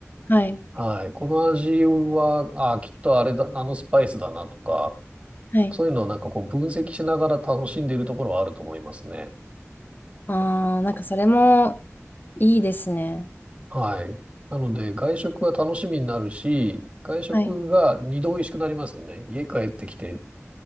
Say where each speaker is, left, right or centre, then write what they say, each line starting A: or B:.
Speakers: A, on the left; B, on the right.
A: はい。
B: はい。この味は、あ、きっとあれだ、あのスパイスだなとか、
A: はい。
B: そういうのをなんかこう分析しながら楽しんでいるところはあると思いますね。
A: ああ、なんかそれもいいですね。
B: はい。なので、外食が楽しみになるし、外食が二度美味しくなりますよね。
A: はい。
B: 家帰ってきて